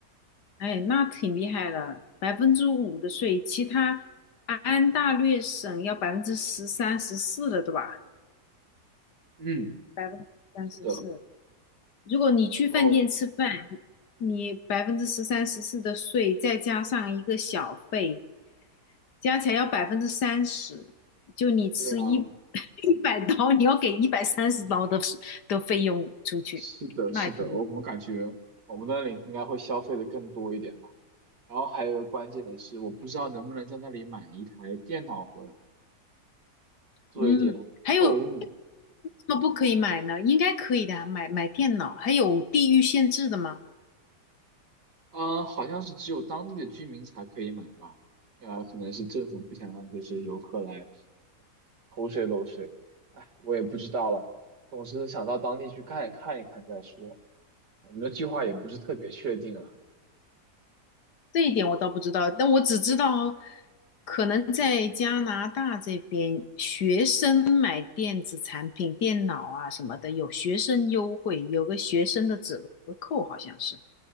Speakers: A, on the left; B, on the right.
A: 哎，那挺厉害的，百分之五的税，其他安大略省要百分之十三、十四了，对吧？
B: 嗯，
A: 百分之三十四，
B: 是的，
A: 如果你去饭店吃饭，
B: 然后
A: 你百分之十三、十四的税，再加上一个小费，加起来要百分之三十。就你吃一
B: 对啊，
A: <laughs> 一百刀，你要给一百三十刀的的费用出去，
B: 是的，
A: 那也挺多。
B: 是的，我们感觉我们的领应该会消费的更多一点吧。然后还有一个关键的是，我不知道能不能在那里买一台电脑回来做一点购物。
A: 嗯，还有为什么不可以买呢？应该可以的啊买买电脑，还有地域限制的吗？
B: 嗯，好像是只有当地的居民才可以买吧？呃，可能是政府不想让就是游客来偷税漏税。哎，我也不知道了。总是想到当地去看一看一看再说。我们的计划也不是特别确定了，
A: 嗯这一点我倒不知道，但我只知道，可能在加拿大这边，学生买电子产品、电脑啊什么的，有学生优惠，有个学生的折扣，好像是，